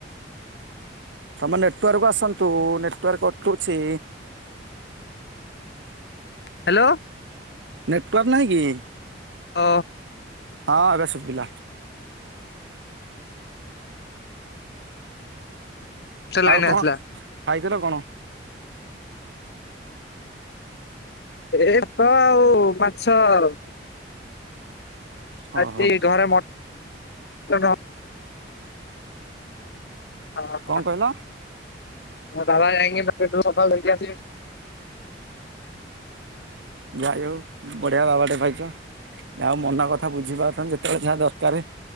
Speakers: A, on the right; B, on the left.
A: ତୁମ ନେଟୱାର୍କ ଆସନ୍ତୁ ନେଟୱାର୍କ କଟୁଛି।
B: ହ୍ୟାଲୋ।
A: ନେଟୱାର୍କ ନାହିଁ କି?
B: ଅ
A: ହଁ ଏବେ ସୁବିଲା।
B: ସେ ଲାଇନ
A: ଆଉ କଣ
B: ଆସିଲା
A: ଖାଇଥିଲ କଣ?
B: ଏତ ଆଉ ମାଛ ଆଉ।
A: ଓହୋ
B: ଆଜି ଘରେ ମଟନ ହଁ
A: କଣ
B: ହଁ
A: କହିଲ
B: ମୁଁ ଢାବା ଯାଇଙ୍କି <unintelligible>
A: ଯାଇ ହୋଉ ବଢିଆ ବାବାଟେ ପାଇଛ ଯା ହୋଉ ମନ କଥା ବୁଝି ପାରୁଛନ୍ତି ତମେ ଯେତେ ଯେତେବେଳେ ଯାହା ଦରକାର